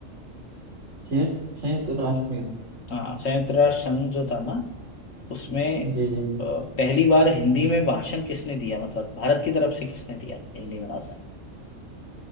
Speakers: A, on the right; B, on the left.
A: संयुक्त संयुक्त राष्ट्र में
B: हाँ संयुक्त राष्ट्र संघ जो था ना उसमें
A: जी जी
B: अ, पहली बार हिंदी में भाषण किसने दिया मतलब भारत की तरफ से किसने दिया हिंदी में भाषण